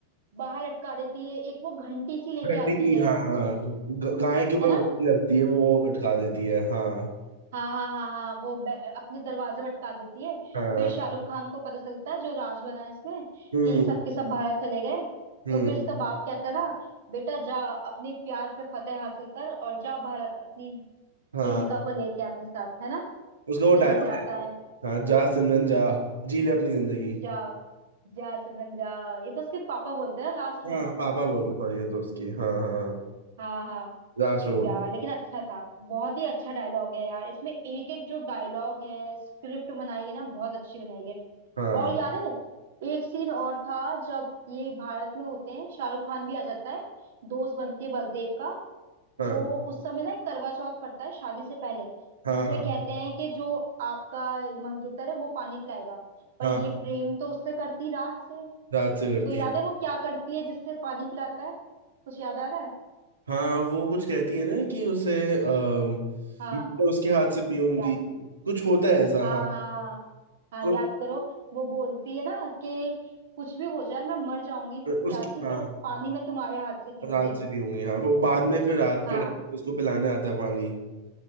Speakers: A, on the right; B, on the right.
A: बाहर लटका देती है एक वो घंटी सी लेके
B: ठंडी
A: आती है
B: हाँ हाँ।
A: कुछ
B: ग- गाय के ऊपर
A: है
B: वो
A: ना
B: घंटी लगती है वो वो अटका देती है हाँ
A: हाँ हाँ हाँ हाँ वो बै- अपने दरवाजे भटका देती है
B: हाँ
A: फिर शाहरुख खान को पता चलता है जो राज बना है इसमें
B: हम्म
A: कि सबके सब भारत चले गए
B: हम्म
A: तो फिर इसका बाप कहता है ना बेटा जा अपने प्यार पे फतेह हासिल कर और जा भारत अपनी
B: हाँ
A: प्रेमिका को लेके अपने साथ है ना
B: उसका वो
A: फिर
B: डायलॉग
A: ये जाता
B: है
A: है
B: हाँ जा सिमरन जा जी ले अपनी जिंदगी
A: जा जा सिमरन जा ये तो उसके पापा बोलते हैं ना लास्ट
B: हाँ
A: में
B: पापा बोलते सॉरी ये तो उसकी हाँ हाँ
A: हाँ हाँ
B: हाँ राज में बोलते
A: यार लेकिन अच्छा था बहुत ही अच्छा डायलॉग है यार इसमें एक एक जो डायलॉग है स्क्रिप्ट बनाई है ना बहुत अच्छी बनाई है
B: हाँ
A: और याद है एक सीन और था जब ये भारत में होते हैं शाहरुख खान भी आ जाता है दोस्त बन के बलदेव का
B: हाँ
A: तो उस समय ना एक करवा चौथ पड़ता है शादी से पहले
B: हाँ
A: जिसमें कहते हैं कि जो आपका मंगेतर है वो पानी पिलाएगा पर
B: हाँ
A: ये प्रेम तो उससे करती रात से
B: रात से करती
A: तो याद
B: है
A: है वो क्या करती है जिससे पानी पिलाता है कुछ याद आ रहा है
B: हाँ वो कुछ कहती है ना कि उसे अम,
A: हाँ
B: मैं तो उसके हाथ से पीऊंगी
A: याद
B: कुछ होता है ऐसा
A: हाँ
B: हाँ
A: हाँ हाँ
B: कुछ
A: याद करो वो बोलती है ना कि कुछ भी हो जाए मैं मर जाऊंगी
B: उसकी
A: प्यासी
B: हाँ
A: पर पानी मैं तुम्हारे हाथ से पीऊंगी
B: रात से पीऊंगी हाँ वो बाद में फिर रात
A: हाँ
B: के टाइम पे उसको पिलाने आता है पानी